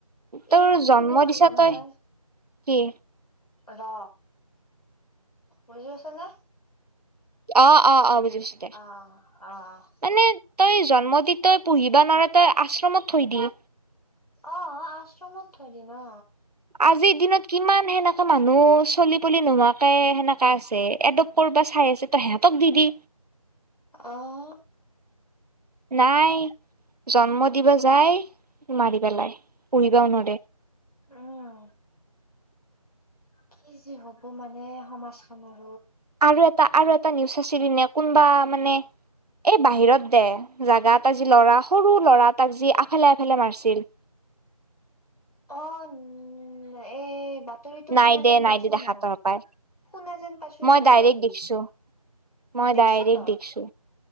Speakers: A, on the right (about 85°); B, on the left (about 75°).
A: তোৰ
B: এইগিলাক কি
A: জন্ম
B: বুলি কয়
A: দিছা
B: জানানে
A: তই কি
B: ৰ বুজি আছ নে
A: অ অ অ বুজিছো দে
B: অ', অ',
A: মানে তই জন্ম দি তই পুহিবা নোৱাৰ তই আশ্ৰমত থৈ দিল
B: অ আশ্ৰমত থৈ দি ন
A: আজিৰ দিনত কিমান সেনেকা মানুহ চলি পুলি নোহোৱাকে সেনেকা আছে এডপট কৰিব চাই আছে ত সিহঁতক দি দি
B: আহ
A: নাই জন্ম দিবা যায় মাৰি পেলাই পঢ়িবাও নদ
B: উম কি যি হ'ব মানে সমাজ খনৰ
A: আৰু এটা আৰু এটা এটা নিউজ আছিল ন কোনোবা মানে এই বাহিৰত দে জোগাত আজি ল'ৰা সৰু ল'ৰা তাক যি আফালে আফালে মাৰিছিল
B: অ উম এই বাতৰিটো
A: নাই
B: শুনা
A: দে
B: যেন
A: নাই
B: পাইছো
A: দে দেখা
B: মই
A: তৰপাই
B: শুনা যেন পাইছো
A: মই
B: কিন্তু
A: ডাইৰেক্ট
B: বাতৰিটো
A: দেখছো মই
B: দেখিছ
A: ডাইৰেক্ট
B: তই
A: দেখছো